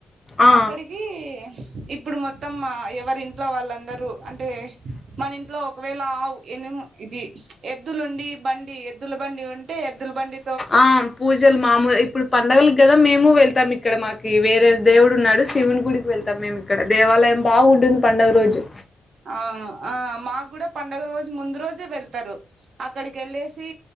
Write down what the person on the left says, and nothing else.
ఆ
ఆ పూజలు మామూలు ఇప్పుడు పండగలక్ గద మేము వెళ్తాం. ఇక్కడ మాకి వేరే దేవుడు ఉన్నాడు శివుని గుడికి వెళ్తాం మేము ఇక్కడ దేవాలయం బావ్గుడ్డును పండగ రోజు